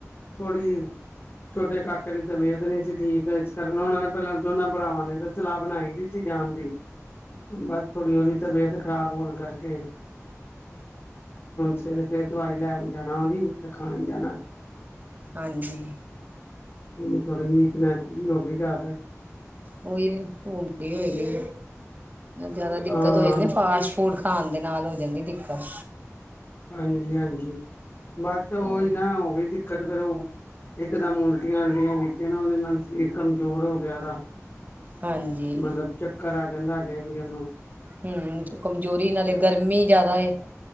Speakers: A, on the left (about 40°); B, on the right (about 35°).
A: ਥੋੜੀ ਛੋਟੇ ਕਾਕੇ ਦੀ ਤਬੀਅਤ ਨੀ ਸੀ ਠੀਕ ਇਸ ਕਾਰਨ ਉਹਨਾਂ ਨੇ ਪਹਿਲਾਂ ਦੋਨਾਂ ਭਰਾਵਾਂ ਨੇ ਤਾਂ ਸਲਾਹ ਬਣਾਈ ਹੋਈ ਸੀ। ਜਾਣ ਦੀ ਬਸ ਥੋੜੀ ਓਦੀ ਤਬੀਅਤ ਖ਼ਰਾਬ ਹੋਣ ਕਰਕੇ। ਸ ਫਰ ਦਵਾਈ ਲੈਣ ਜਾਣਾ ਓਦੀ ਦਖਾਣ ਜਾਣਾ।
B: ਹਾਂਜੀ।
A: ਹੁਣ ਥੋੜੀ ਵੀਕਨੈਸ ਵੀ ਹੋ ਗਈ ਜ਼ਿਆਦਾ ਹੀ।
B: ਉਹੀ ਹੋ ਗਈ ਹੋਏਗੀ। ਜਿਆਦਾ ਦਿੱਕਤ
A: ਹਾਂ
B: ਹੋ ਜਾਂਦੀ ਫਾਸਟ ਫੂਡ ਖਾਣ ਦੇ ਨਾਲ ਹੋ ਜਾਂਦੀ ਦਿੱਕਤ।
A: ਹਾਂਜੀ ਹਾਂਜੀ ਬਸ ਉਹੀ
B: ਹੋਰ
A: ਨਾ ਹੋ ਗਈ ਦਿੱਕਤ ਫੇਰ ਉਹ ਇਕ ਦਮ ਉਲਟੀਆਂ ਆਉਂਦੀਆਂ ਜ। ਨਾ ਉਹਦੇ ਨਾਲ ਸਰੀਰ ਕਮਜ਼ੋਰ ਹੋ ਗਿਆ ਉਦਾ
B: ਹਾਂਜੀ
A: ਮਤਲਬ ਚੱਕਰ ਆ ਜਾਂਦਾ ਹਜੇ ਵੀ ਉਨੂੰ।
B: ਹਮ, ਕਮਜ਼ੋਰੀ ਨਾਲੇ ਗਰਮੀ ਜਿਆਦਾ ਏ।